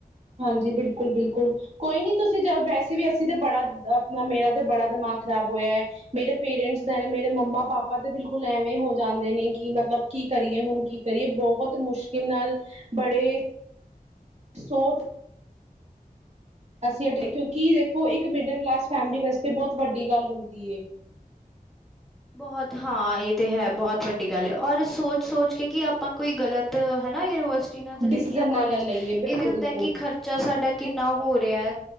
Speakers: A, on the right (about 45°); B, in the centre.
A: ਹਾਂਜੀ, ਬਿਲਕੁਲ- ਬਿਲਕੁਲ। ਕੋਈ ਨੀ ਤੁਸੀਂ ਜਾ ਵੈਸੇ ਵੀ ਅਸੀਂ ਤਾਂ ਬੜਾ ਆਪਣਾ ਮੇਰਾ ਤੇ ਬੜਾ ਦਿਮਾਗ ਖ਼ਰਾਬ ਹੋਇਆ। ਮੇਰੇ ਪੇਰੈਂਟਸ ਦਾ ਮੇਰੇ ਮੰਮਾ-ਪਾਪਾ ਤੇ ਬਿਲਕੁਲ ਐਵੇਂ ਹੋ ਜਾਂਦੇ ਨੇ ਕਿ ਮਤਲਬ ਕੀ ਕਰੀਏ ਹੁਨ? ਕੀ ਕਰੀਏ? ਬਹੁਤ ਮੁਸ਼ਕਿਲ ਨਾਲ ਬੜੇ ਸੋਚ ਅਸੀਂ ਕਿਉਂਕਿ ਦੇਖੋ ਇੱਕ ਮਿਡਲ ਕਲਾਸ ਫੈਮਲੀ ਵਾਸਤੇ ਬੋਹਤ ਵੱਡੀ ਗੱਲ ਹੁੰਦੀ ਏ।
B: ਬੋਹਤ ਹਾਂ ਏ ਤੇ ਹੈ ਬਹੁਤ ਵੱਡੀ ਗੱਲ ਏ ਔਰ ਸੋਚ-ਸੋਚ ਕੇ ਕਿ ਆਪਾਂ ਕੋਈ ਗਲਤ ਹੈ ਨਾ ਯੂਨੀਵਰਸਿ ਜਿਨਾਂ ਚਲੇ
A: ਡਿਸੀਜ਼ਨ
B: ਜੀਆਂ
A: ਨਾਲ
B: ਕੋਲੇਜ
A: ਲਈਏ ਬਿਲਕੁਲ
B: ਇਹ ਵੀ ਹੁੰਦਾ
A: ਬਿਲਕੁਲ
B: ਕਿ ਖਰਚਾ ਸਾਡਾ ਕਿੰਨਾ ਹੋ ਰਿਆ